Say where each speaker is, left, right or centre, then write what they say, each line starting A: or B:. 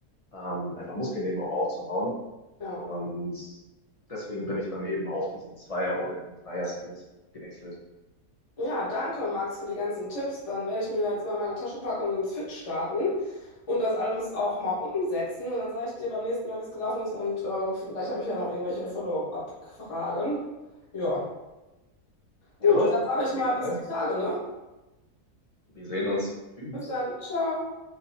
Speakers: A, on the left; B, on the left.
A: ähm, einfach Muskeln eben auch aufzubauen.
B: ja.
A: Und deswegen bin ich dann eben auf diesen Zweier- oder eben Dreier-Split gewechselt.
B: Ja, danke, Max, für die ganzen Tipps. Dann werde ich mir jetzt mal meine Tasche packen und ins Fit starten und das alles auch mal umsetzen. Und dann sage ich dir beim nächsten Mal, wie es gelaufen ist. Und äh, vielleicht habe ich ja noch irgendwelche Follow-up-Fragen. Ja.
A: Jawohl,
B: Gut, dann sage
A: vielen
B: ich mal
A: lieben
B: bis
A: Dank.
B: die Tage, ne?
A: Wir sehen uns. Tschüss.
B: Bis dann. Ciao.